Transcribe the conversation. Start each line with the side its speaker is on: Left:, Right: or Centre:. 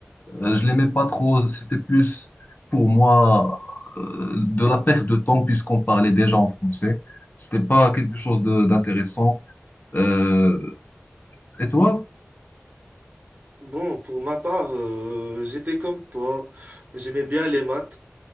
Left: Euh, je l'aimais pas trop, c'était plus pour moi euh, de la perte de temps puisqu'on parlait déjà en français. C'était pas quelque chose de- d'intéressant. Euh, et toi,
Right: Bon, pour ma part, euh, j'étais comme toi. J'aimais bien les maths,